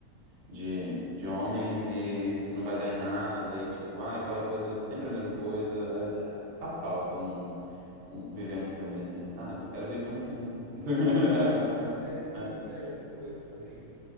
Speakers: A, on the right; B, on the right.
A: de,
B: Sim.
A: de homens e que não vai dar em nada. E tipo, ah, aquela coisa, sempre a mesma coisa. Ah, ah, Faz falta um, um- viver um filme assim, sabe? Eu quero viver um filme. <laughs>
B: Pois é, e, e velho, outra coisa também